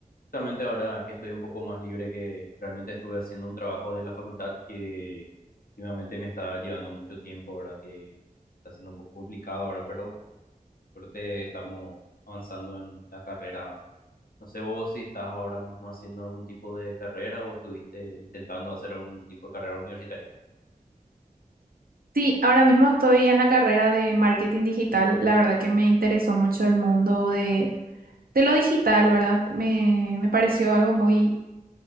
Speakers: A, on the left; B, on the right.
A: Justamente ahora que estoy un poco más libre, que realmente estuve haciendo un trabajo de la facultad que últimamente me está llevando mucho tiempo, ¿verdad? Que está siendo un poco complicado, ¿verdad? Pero creo que estamos avanzando en la carrera. ¿verdad? No sé vos si estás ahora mismo haciendo algún tipo de carrera o estuviste intentando hacer algún tipo de carrera universitaria.
B: Sí, ahora mismo estoy en la carrera de marketing digital. La verdad que me interesó mucho el mundo de, de lo digital, ¿verdad? Me, me pareció algo muy,